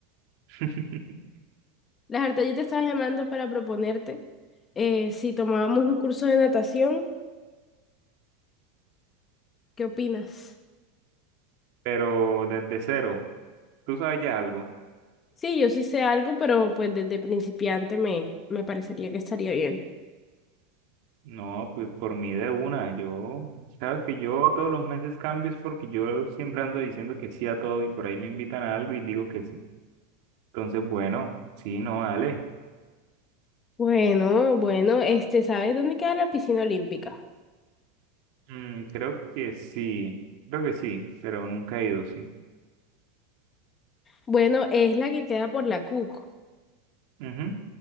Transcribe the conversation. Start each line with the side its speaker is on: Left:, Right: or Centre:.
Right: <laughs>
Left: La verdad, yo te estaba llamando para proponerte eh, si tomábamos un curso de natación, ¿qué opinas?
Right: Pero desde cero, ¿tú sabes ya algo?
Left: Sí, yo sí sé algo, pero pues desde principiante me, me parecería que estaría bien.
Right: No, pues por mí de una. Yo, sabes que yo todos los meses cambio es porque yo siempre ando diciendo que sí a todo y por ahí me invitan a algo y digo que sí. Entonces, bueno, sí, no, dale.
Left: Bueno, bueno, este, ¿sabes dónde queda la piscina olímpica?
Right: Mm, creo que sí, creo que sí, pero nunca he ido, sí.
Left: Bueno, es la que queda por la CUC.
Right: Ujú.